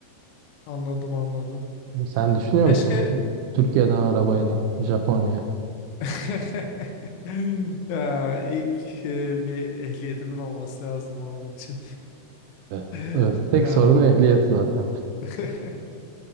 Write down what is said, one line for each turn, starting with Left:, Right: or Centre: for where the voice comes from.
Left: anladım anladım.
Right: Sen düşünüyor
Left: Keşke
Right: musun? Türkiye'den arabayla Japonya'ya.
Left: <laughs> ya, ilk e, bir ehliyetimin olması lazım onun için.
Right: Evet.
Left: <laughs>
Right: Evet. Tek
Left: Ee,
Right: sorun ehliyet zaten.
Left: <laughs>